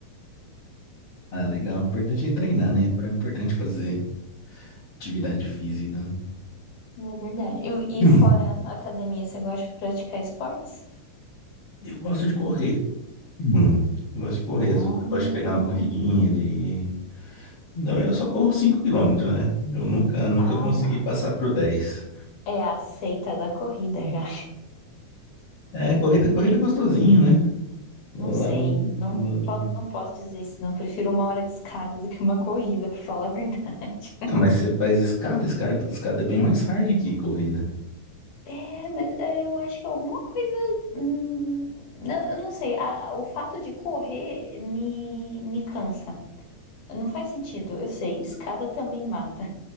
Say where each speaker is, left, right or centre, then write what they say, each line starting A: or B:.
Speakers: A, on the left; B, on the left.
A: Ah, legal. O Importante é treinar, né? É importante fazer atividade física, né?
B: É verdade. E,
A: Hum,
B: e fora a academia, você gosta de praticar esportes?
A: Eu gosto de correr. Hum, Eu gosto de correr.
B: Ah,
A: Às vezes eu gosto de pegar uma corridinha de. Não, eu só corro 5 quilômetros, né? Eu nunca, nunca
B: ah
A: consegui
B: lá.
A: passar pro 10.
B: É a seita da corrida já.
A: É, corrida, corrida é gostosinho, né? Lá
B: Não sei.
A: no...
B: Não,
A: no-
B: po- não posso dizer isso, não. Prefiro uma hora de escada do que uma corrida, pra falar a verdade. <laughs>
A: Ah, mas você faz escada, escada, escada é bem mais hard que corrida.
B: É, mas é, eu acho que alguma coisa. hum, não, eu não sei. A- a- o fato de correr me, me cansa. Não faz sentido, eu sei. Escada também mata.